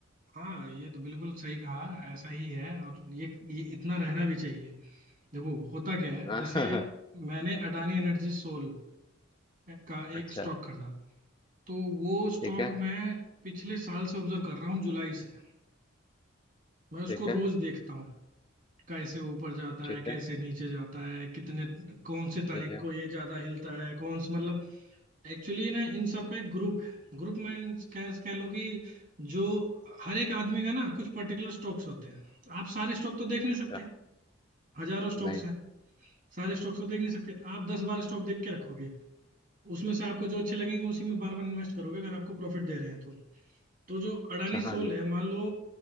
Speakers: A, on the right; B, on the left.
A: हाँ ये तो बिल्कुल सही कहा ऐसा ही है और ये ये इतना रहना भी चाहिए देखो होता क्या है
B: <laughs>
A: जैसे मैंने अडानी एनर्जी सोल का
B: अच्छा
A: एक स्टॉक खरीदा तो वो स्टॉक
B: ठीक है
A: मैं पिछले साल से ऑब्जर्व कर रहा हूँ जुलाई से मैं उसको
B: ठीक
A: रोज
B: है
A: देखता हूँ कैसे ऊपर जाता
B: ठीक
A: है कैसे
B: है
A: नीचे जाता है कितने कौन सी तारीख
B: ठीक है
A: को ये ज्यादा हिलता है कौन सी मतलब एक्चुअली ना इन सब का एक ग्रुप है ग्रुप में कह कह लो कि जो हर एक आदमी का ना कुछ पर्टिकुलर स्टॉक्स होते हैं आप सारे स्टॉक तो देख नहीं सकते
B: अच्छा
A: हजारों स्टॉक्स
B: नहीं
A: हैं सारे स्टॉक्स तो देख नहीं सकते आप दस बारह स्टॉक देख के रखोगे उसमें से आपको जो अच्छे लगेंगे उसी में बार बार इन्वेस्ट करोगे अगर आपको प्रॉफिट दे रहे हैं तो तो जो अडानी
B: अच्छा
A: सोल
B: हाँ जी
A: है मान लो